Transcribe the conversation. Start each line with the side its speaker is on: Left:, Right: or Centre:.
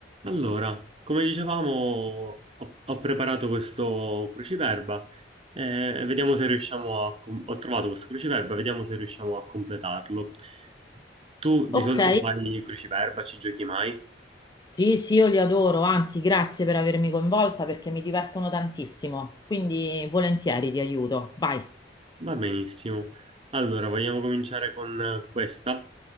Right: Allora, come dicevamo, ho, ho preparato questo cruciverba eh, e vediamo se riusciamo a... com- Ho trovato questo cruciverba, vediamo se riusciamo a completarlo. Tu di
Left: Ok,
Right: solito fai cruciverba, ci giochi mai?
Left: sì, sì, io li adoro, anzi, grazie per avermi coinvolta perché mi divertono tantissimo, quindi volentieri ti aiuto. Vai,
Right: Va benissimo. Allora, vogliamo cominciare con eh, questa.